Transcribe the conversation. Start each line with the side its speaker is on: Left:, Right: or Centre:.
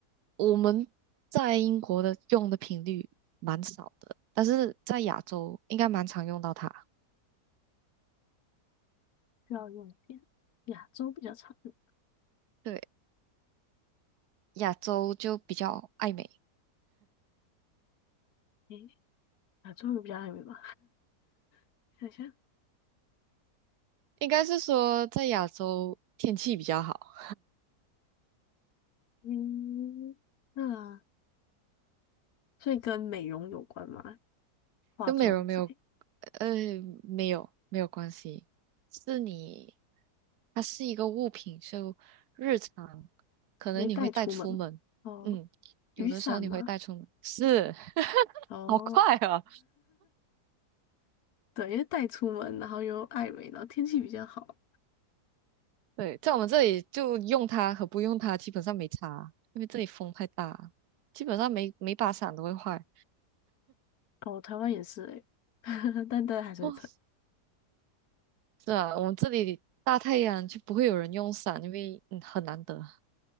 Right: 我们在英国的用的频率蛮少的，但是在亚洲应该蛮常用到它。
Left: 需要用电。亚洲比较常用，
Right: 对，亚洲就比较爱美，
Left: 诶，亚洲人比较爱美吧？<laughs> 想一下，
Right: 应该是说在亚洲天气比较好。
Left: 嗯，那所以跟美容有关吗？化妆之类，
Right: 跟美容没有，呃，没有没有关系，是你，它是一个物品，就日常可能你会带出门，
Left: 你会带出门吗？哦，
Right: 嗯，
Left: 雨伞嘛？
Right: 有的时候你会带出门，是，<laughs>
Left: 哦，
Right: 好快啊，
Left: 对，因为带出门，然后又爱美，然后天气比较好，
Right: 对，在我们这里就用它和不用它基本上没差，因为这里风太大，基本上每每把伞都会坏。
Left: 哦，台湾也是诶，<laughs> 但对海水城，
Right: 哦，
Left: 还是
Right: 是啊，我们这里大太阳就不会有人用伞，因为嗯很难得，